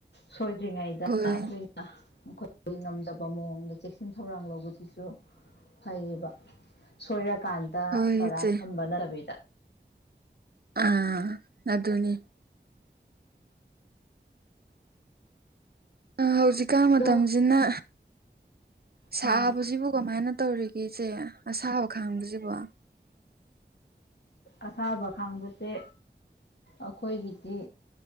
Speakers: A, on the left (about 65°); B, on the right (about 55°).
A: ꯁꯣꯏꯗ꯭ꯔꯤꯉꯩꯗ
B: ꯍꯣꯏ
A: ꯑꯩꯈꯣꯏ ꯃꯈꯣꯏꯒꯤ ꯉꯝꯖꯕ ꯃꯑꯣꯡꯗ ꯆꯦꯛꯁꯤꯟ ꯊꯧꯔꯥꯡ ꯂꯧꯕꯁꯤꯁꯨ ꯐꯩꯌꯦꯕ ꯁꯣꯏꯔꯀꯥꯟꯗ
B: ꯍꯣꯏ
A: ꯄꯔꯥ
B: ꯏꯆꯦ
A: ꯇꯝꯕ ꯅꯠꯇꯕꯤꯗ
B: ꯑꯥ ꯑꯗꯨꯅꯦ ꯍꯧꯖꯤꯛꯀꯥꯟ ꯃꯇꯝꯁꯤꯅ
A: ꯑꯗꯣ
B: ꯁꯥꯕꯁꯤꯕꯨ
A: ꯑꯥ
B: ꯀꯃꯥꯏꯅ ꯇꯧꯔꯤꯒꯦ ꯏꯆꯦ ꯑꯁꯥꯕ ꯈꯥꯡꯕꯁꯤꯕꯣ
A: ꯑꯁꯥꯕ ꯈꯥꯡꯕꯁꯦ ꯑꯩꯈꯣꯏꯒꯤꯗꯤ